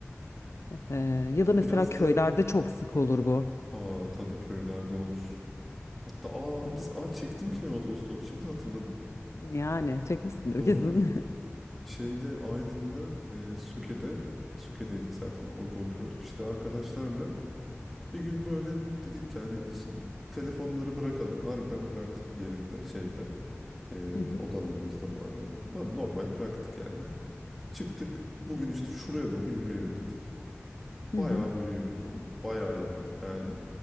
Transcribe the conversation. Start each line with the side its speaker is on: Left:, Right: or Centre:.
Left: Ee, ya
Centre: Ama
Left: da mesela
Centre: biraz
Left: köylerde
Centre: da
Left: çok sık olur bu.
Centre: aa tabii köylerde olur. Hatta aa
Left: Hmm.
Centre: biz aa çektim ki ben otostop şimdi hatırladım.
Left: Yani çekmişsindir
Centre: Doğru.
Left: kesin. <laughs>
Centre: Şeyde Aydın'da e, Söke'de Söke'deydik zaten orada okuyorduk. İşte arkadaşlarla bir gün böyle dedik yani işte, telefonları bırakalım. Harbiden bıraktık yerinde şeyde e,
Left: Hı hı.
Centre: odalarımızda falan. Var normal bıraktık yani. Çıktık bugün işte şuraya doğru yürüyelim dedik.
Left: Hı
Centre: Bayağı
Left: hı.
Centre: böyle yürüdük. Bayağı yürüdük yani.